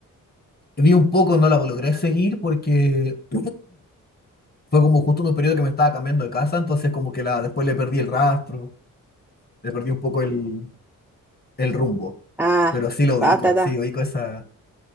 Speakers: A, on the left; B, in the centre.
A: Vi un poco, no la logré seguir porque <clears throat> fue como justo en un periodo que me estaba cambiando de casa, entonces como que la, después le perdí el rastro, le perdí un poco el, el rumbo.
B: Ah,
A: Pero sí lo ubico,
B: ta, ta, ta.
A: sí, ubico esa...